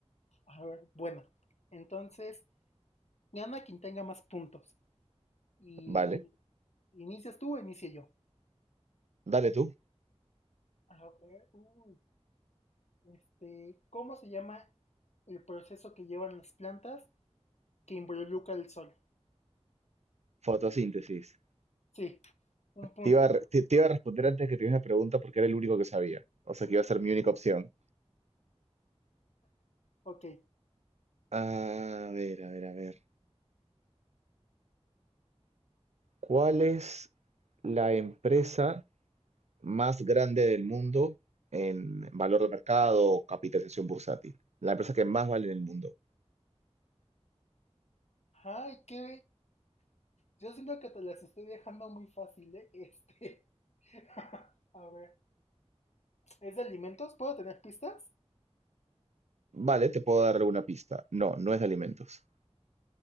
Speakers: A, on the left (about 75°); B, on the right (about 80°).
A: A ver, bueno. Entonces, gana quien tenga más puntos. Y
B: Vale,
A: inicias tú o inicie yo.
B: dale tú.
A: A ver, uy, este, ¿cómo se llama el proceso que llevan las plantas que involucra el sol?
B: Fotosíntesis.
A: Sí, un punto.
B: Te iba a, re- te, te iba a responder antes que tuvieras una pregunta porque era el único que sabía. O sea que iba a ser mi única opción.
A: Ok.
B: A ver, a ver, a ver. ¿Cuál es la empresa más grande del mundo en valor de mercado o capitalización bursátil? La empresa que más vale en el mundo.
A: Ay, qué, Yo siento que te las estoy dejando muy fácil, ¿eh? Este. <laughs> A ver. ¿Es de alimentos? ¿Puedo tener pistas?
B: Vale, te puedo dar una pista. No, no es de alimentos.